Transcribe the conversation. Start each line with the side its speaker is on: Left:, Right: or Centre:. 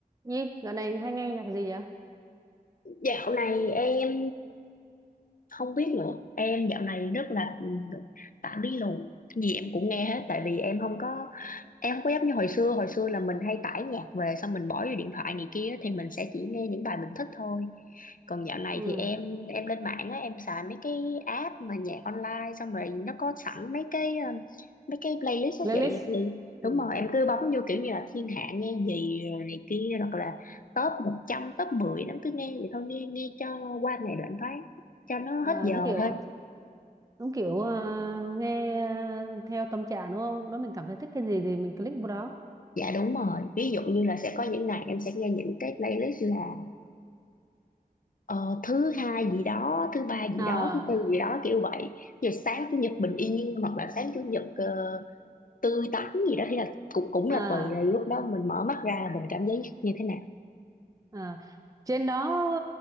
Right: Nhi, dạo này hay nghe nhạc gì vậy?
Left: Dạo này em không biết nữa. Em dạo này rất là tạm bí lù. Gì em cũng nghe hết tại vì em không có em không có giống như hồi xưa hồi xưa là mình hay tải nhạc về xong mình bỏ vô điện thoại này kia thì mình sẽ chỉ nghe những bài mình thích thôi còn dạo này
Right: Ừ,
Left: thì em em lên mạng á em xài mấy cái app mà nhạc online xong rồi nó có sẵn mấy cái ờ, mấy cái playlist đó
Right: playlist.
Left: chị thì
Right: Ừ.
Left: đúng rồi em cứ bấm vô kiểu như là thiên hạ nghe gì rồi này kia hoặc là top một trăm top mười nó cứ nghe vậy thôi nghe nghe cho qua ngày đoạn phát cho nó
Right: Ờ,
Left: hết giờ
Right: nó kiểu
Left: thôi
Right: đúng kiểu ờ, nghe ờ, theo tâm trạng đúng không? Lúc đó mình cảm thấy thích cái gì thì mình click vào đó.
Left: dạ đúng rồi ví dụ như là sẽ có những ngày em sẽ nghe những cái playlist là ờ, thứ hai gì đó thứ ba gì
Right: À,
Left: đó thứ tư gì đó kiểu vậy giờ sáng chủ nhật bình yên hoặc là sáng chủ nhật ờ, tươi tắn gì đó thì là cũng cũng
Right: à,
Left: là tùy là lúc đó mình mở mắt ra là mình cảm giác như thế nào
Right: à. Trên đó